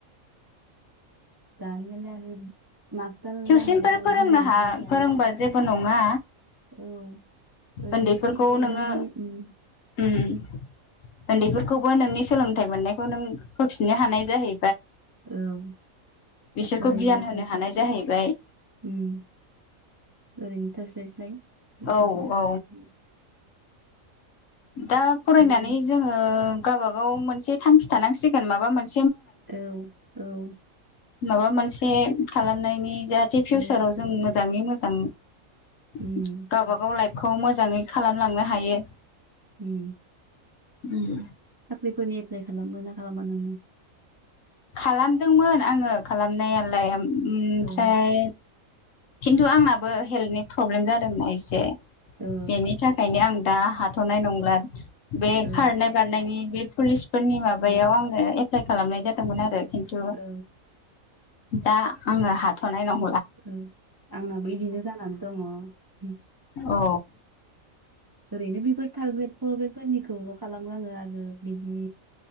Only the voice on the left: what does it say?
थिउसनफोर
फोरोंनो
हा
फोरोंबा जेबो नङा।
उन्दैफोरखौ
नोङो
उम ओन्दैफोरखौबो नोंनि सोलोंथाइ मोननायखौ नों होफिननो हानाय जाहै
बिसोरखौ
गियान होनो
हानाय
जाहैबाय
औ औ
दा फरायनानै
जोङो गाबागाव मोनसे थांखि थानांसिगोन माबा मोन
माबा मोनसे खालामनायनि जाहाथे फिउसाराव
जों मोजाङै मोजां गावबागाव
लाइफखौ मोजाङै खालामलांनो हायो।
उम।
खालामदोंमोन आङो खालामनायालाय ओम ओमफ्राय
खिन्थु आंनाबो हेल्तनि फ्रब्लेम जादोंना एसे,
बेनि थाखायनो आं दा हाथ'नाय नंला बे
खारनाय बारनायनि बे पुलिस फोरनि माबायाव
आङो एप्लाइ खालामनाय जादोंमोन आरो। खिन्थु
दा आङो हाथ'नाय नं
औ।